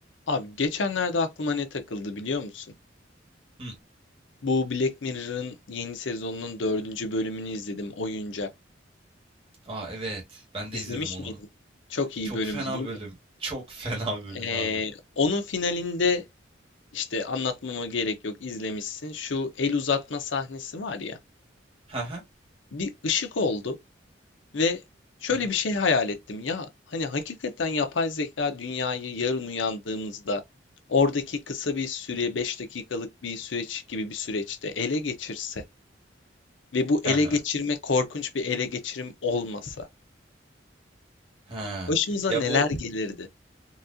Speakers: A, on the left; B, on the right.
A: Abi geçenlerde aklıma ne takıldı biliyor musun?
B: Hı.
A: Bu Black Mirror'ın yeni sezonunun dördüncü bölümünü izledim. Oyuncak.
B: Aa evet. Ben
A: İzlemiş
B: de izledim onu.
A: miydin? Çok iyi
B: Çok
A: bölümdü
B: fena
A: değil
B: bölüm.
A: mi?
B: Çok <laughs> fena bölüm
A: Ee,
B: abi.
A: onun finalinde işte anlatmama gerek yok izlemişsin. Şu el uzatma sahnesi var ya.
B: Ha ha.
A: Bir ışık oldu ve şöyle
B: Hı hı.
A: bir şey hayal ettim. Ya hani hakikaten yapay zeka dünyayı yarın uyandığımızda oradaki kısa bir süre 5 dakikalık bir süreç gibi bir süreçte ele geçirse Ve bu ele
B: Ha ha.
A: geçirme korkunç bir ele geçirim olmasa
B: Ha.
A: başımıza
B: Ya
A: neler
B: bu
A: gelirdi?